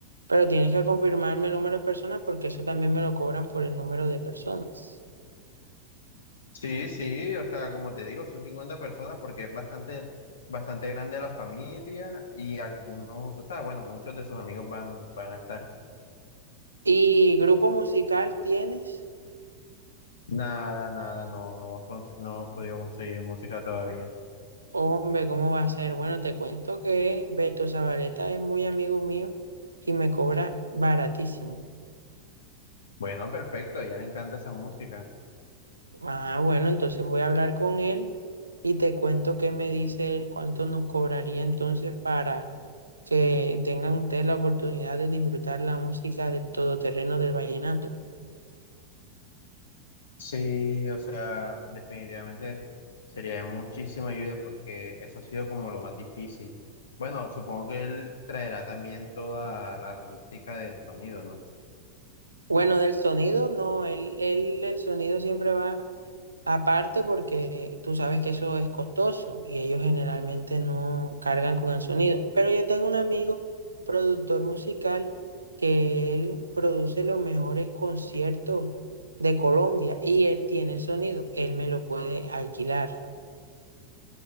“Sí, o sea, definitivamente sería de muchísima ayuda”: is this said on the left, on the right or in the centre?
Left